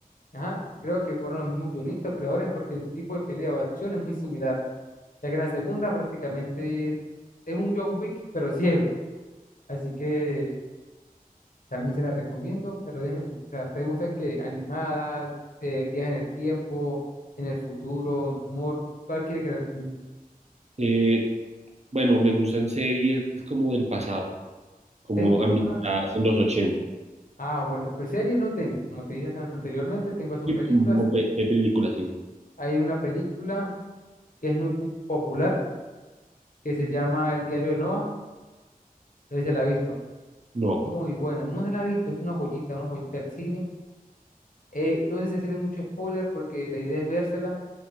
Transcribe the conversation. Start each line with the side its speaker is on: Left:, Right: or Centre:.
Left: Ajá, creo que fueron los mismos guionistas, creadores, porque el tipo de pelea o acción es muy similar, ya que en la segunda prácticamente él es un John Wick, pero <laughs> ciego. Así que También se la recomiendo, pero déjame pensar. ¿Te gustan que animadas, eh, viajes en el tiempo, en el futuro, de humor? ¿Cuál quiere que te recomiende?
Right: Eh, bueno, me gustan series como del pasado, como
Left: Tengo
Right: ambientadas
Left: una.
Right: en los ochenta
Left: Ah, bueno, pues series no tengo. Como te dije an- anteriormente, tengo son
Right: Sí,
Left: películas.
Right: no, pe- de películas, sí.
Left: Hay una película que es muy pu- popular que se llama El diario de Noah. No sé si se la ha visto.
Right: No.
Left: Muy buena. No se la ha visto, es una joyita, una joyita del cine. Eh, no sé si hacerle mucho spoiler porque la idea es vérsela